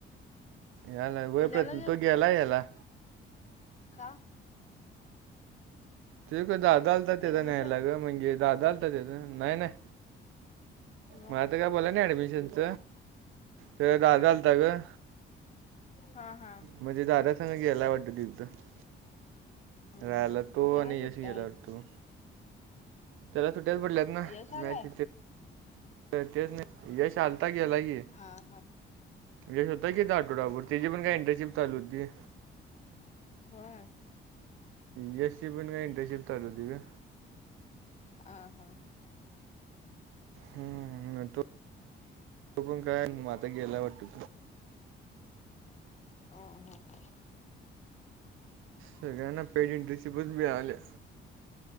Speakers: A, on the right; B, on the left.
A: याला गोय
B: पुण्याला
A: प्रत तुघयलायला.
B: अ का?
A: ते दादा आलता त्याचा
B: ऍडमिशन
A: न्यायलाग म्हणजे दादा आलता त्याचा नाही नाही.
B: म
A: मला तर काय बोला ना ऍडमिशनच ते दादा झालता ग
B: हा हा
A: म्हणजे दादा सग ग्यायला वाटत तथ
B: हम्म
A: रायला
B: हम्म
A: तो
B: आता
A: आणि
B: काय सुट्ट्या
A: यश ग्यायला
B: आहेत
A: वाटतो. त्याला सुट्ट्याच पडल्यात ना,
B: यश आलाय
A: मॅच तेत, यश आता गेला की.
B: हा हा
A: यश होतं किं आठोडावरर त्याची पण काय एंटरशिप चालू होती.
B: ह.
A: यश ची पण काय इंटरनशिप चालु होती काय?
B: अ हा
A: हम्म त. तु पण काय मग, आता गेल्यावरती
B: ह हा.
A: सगळ्यांना पेड इंटर्नशीप च मिळाल्या.